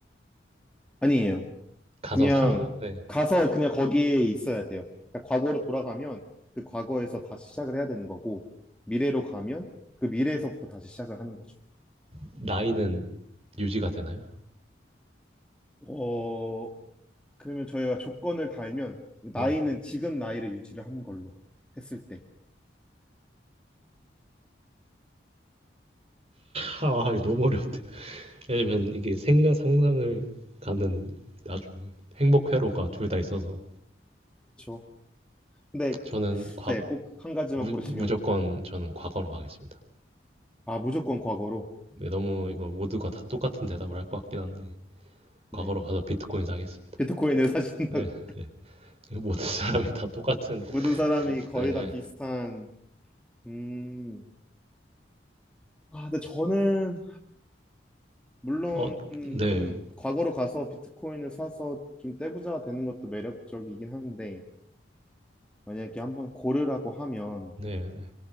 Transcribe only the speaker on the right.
가서
사는 건데
나이는 유지가 되나요?
네.
<laughs> 아, 이거 너무 어렵대 왜냐면 이게 생각 상상을 가는 아주 행복 회로가 둘 다 있어서
저는 과거
무,
무조건 저는 과거로 가겠습니다.
네, 너무 이거 모두가 다 똑같은 대답을 할 것 같긴 한데
과거로 가서 비트코인 사겠습니다.
네. 네. 이거 모든 사람이 다 똑같은.
네.
어, 네.
네, 네.